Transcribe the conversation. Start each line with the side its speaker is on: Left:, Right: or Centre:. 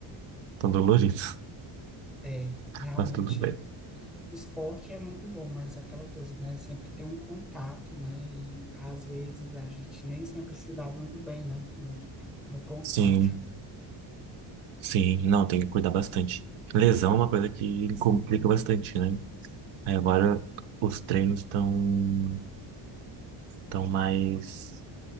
Right: tá dolorido,
Centre: É,
Right: <laughs>
Centre: realmente,
Right: mas tudo bem.
Centre: esporte é muito bom, mas é aquela coisa, né? Sempre tem um contato, né? E às vezes a gente nem sempre se dá muito bem, né? No, no contato.
Right: Sim, sim. Não, tem que cuidar bastante. Lesão é uma coisa que complica bastante, né? Aí agora os treinos estão tão tão mais